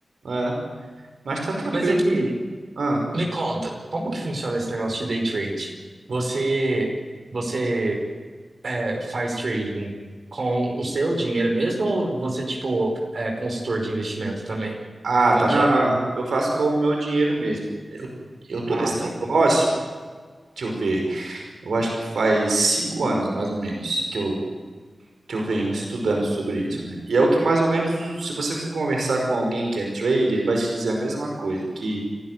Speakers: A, on the right (about 85°); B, on the right (about 70°).
A: é, mas tá tranquilo.
B: Mas é que,
A: Ah,
B: me conta, como que funciona esse negócio de day trade? Você. Você é, faz trading com o seu dinheiro mesmo ou você, tipo, é consultor de investimento também?
A: ah,
B: Como
A: tá,
B: que
A: não,
B: é?
A: não, eu faço com o meu dinheiro mesmo. Eu, eu tô
B: Ah,
A: nesse
B: tá.
A: negócio, deixa eu ver, eu acho que faz cinco anos mais ou menos que eu que eu venho estudando sobre isso, né? E é o que mais ou menos, se você for conversar com alguém que é trader, ele vai te dizer a mesma coisa, que